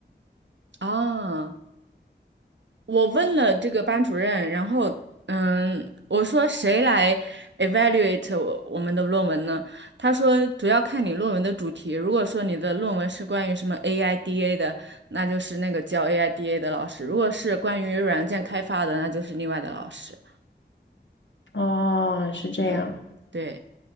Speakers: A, on the right; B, on the left.
A: 啊。我问了这个班主任，然后嗯，我说谁来 evaluate 我我们的论文呢？他说主要看你论文的主题，如果说你的论文是关于什么 AIDA 的，那就是那个教 AIDA 的老师；如果是关于软件开发的，那就是另外的老师。
B: 哦，是这样。
A: 嗯，对，